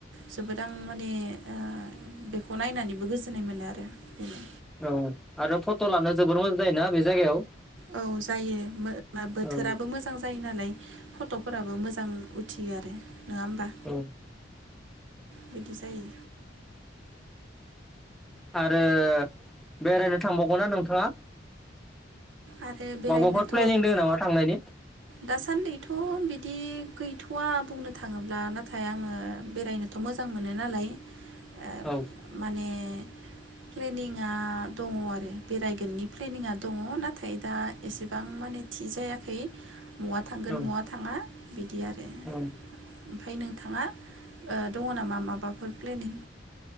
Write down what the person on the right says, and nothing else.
जोबोद आं माने ओ बेखौ नायनानैबो गोजोननाय मोनो आरो। बेनो
औ जायो मो बोथोराबो
मोजां जायो नालाय। फट'फोराबो मोजां मोजां उथियो आरो नङा होमबा?
बिदि जायो।
आरो बेरायनोथ'
ओ
दासान्दैथ' बिदि गैथ'वा बुंनो थाङोब्ला नाथाय आङो बेरायनोथ' मोजां मोनो नालाय ओ
माने प्लेनिङा दङ आरो बेरायगोननि प्लेनिङा दङ नाथ नाथाय दा एसेबां माने थि जायाखै महा थांगोन
महा थाङा बिदि आरो
ओमफाय नोंथाङा ओ दङ नामा माबाफोर प्लेनिं?